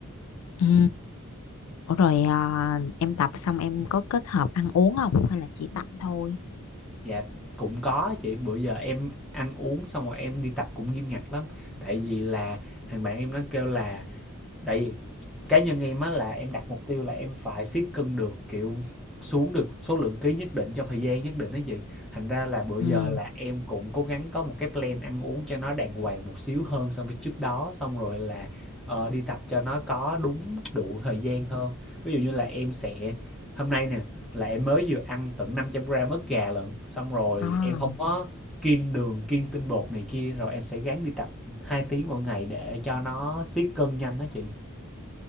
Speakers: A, on the left; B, in the centre.
A: Ừ. Ủa rồi à, em tập xong em có kết hợp ăn uống không hay là chỉ tập thôi?
B: dạ cũng có chị bữa giờ em ăn uống xong rồi em đi tập cũng nghiêm ngặt lắm tại vì là thằng bạn em nó kêu là tại vì cá nhân em á là em đặt mục tiêu là em phải siết cân được kiểu xuống được số lượng ký nhất định trong thời gian nhất định đó chị thành ra là bữa
A: Ừ.
B: giờ là em cũng cố gắng có một cái plan ăn uống cho nó đàng hoàng một xíu hơn so với trước đó xong rồi là ờ, đi tập cho nó có đúng đủ thời gian hơn ví dụ như là em sẽ hôm nay nè là em mới vừa ăn tận 500 gram ức gà lận xong rồi
A: À,
B: em không có kiêng đường kiêng tinh bột này kia rồi em sẽ gắng đi tập 2 tiếng mỗi ngày để cho nó siết cân nhanh đó chị